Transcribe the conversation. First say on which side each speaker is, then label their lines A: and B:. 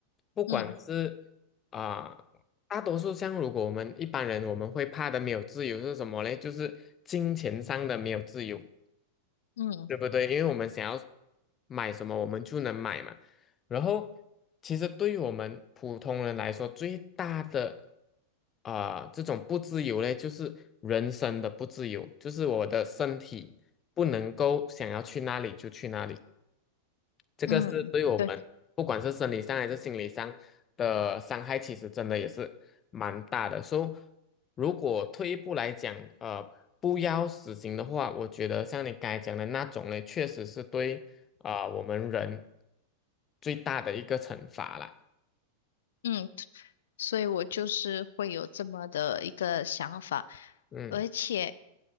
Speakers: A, on the left (about 25°); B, on the left (about 60°).
A: 不管是啊、
B: 嗯
A: 大多数像如果我们一般人我们会怕的没有自由是什么嘞？就是金钱上的没有自由。
B: 嗯
A: 对不对？因为我们想要买什么，我们就能买嘛。然后，其实对于我们普通人来说，最大的啊、这种不自由嘞，就是人生的不自由，就是我的身体不能够想要去哪里就去哪里。这个是对我们不管是生理上还是心理上的伤害，
B: 嗯，对，
A: 其实真的也是蛮大的。所以，如果退一步来讲，呃，不要死刑的话，我觉得像你刚才讲的那种呢，确实是对啊、呃我们人最大的一个惩罚啦。
B: 嗯，所以我就是会有这么的一个想法，
A: 嗯
B: 而且